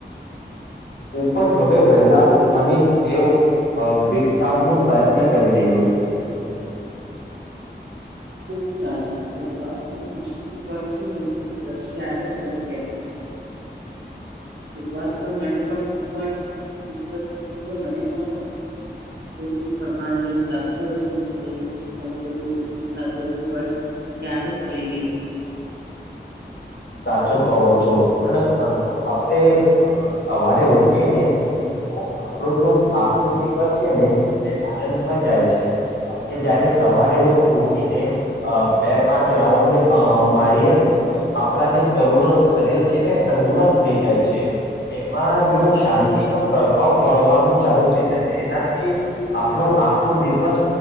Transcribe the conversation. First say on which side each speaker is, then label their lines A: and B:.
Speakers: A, on the left; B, on the right.
A: હું પણ હવે વહેલા ઉઠવાની ટેવ વિકસાવનો પ્રયત્ન કરી રહ્યો છું
B: ખુબ સારી શરૂઆતમાં મુશ્કેલી પડશે પછી આદત બની જાય ત. શરઆતમાં મને પણ હું પણ. શરું કર્યું હતું તો મને પણ થોડું થકાન જેવું લાગતું હતું શરીર કમજોરી થતું હતું પણ આદત જ પડી ગઈ મને.
A: સાચો કહો છો પણ જો આપણે સવારે ઉઠીએ ને તો આપણો જો આખો દિવસ છે ને તે આનંદમાં જાય છે આપણે. જયારે સવારે ઉઠીને અ. બે પાંચ રાઉન્ડ મારીએ. આપણા જે શર શરીર છે ને એ તંદુરસ્ત થઈ જાય છે એમાં જો શાંતિનોો પ્રભાવ દોડવાનું ચાલુ થઈ જાય છે એનાથી આપણું આખું દિવસ